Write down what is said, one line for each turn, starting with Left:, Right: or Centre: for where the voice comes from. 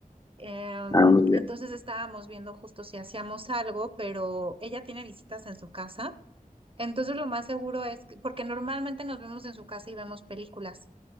Right: em,
Left: Ah, muy bien.
Right: entonces estábamos viendo justo si hacíamos algo, pero ella tiene visitas en su casa. Entonces lo más seguro es que- porque normalmente nos vemos en su casa y vemos películas,